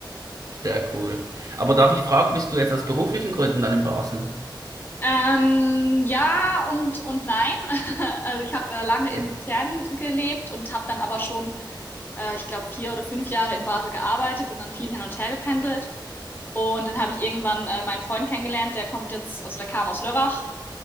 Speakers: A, on the right (about 45°); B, on the left (about 25°).
A: Sehr cool. Aber darf ich fragen, bist du jetzt aus beruflichen Gründen dann in Basel?
B: Ähm, ja und, und nein. <laughs> Also ich habe äh, lange
A: Nee.
B: in Luzern gelebt und habe dann aber schon, äh, ich glaube, vier oder fünf Jahre in Basel gearbeitet, bin dann viel hin und her gependelt. Und dann habe ich irgendwann äh, meinen Freund kennengelernt, der kommt jetzt, also der kam aus Lörrach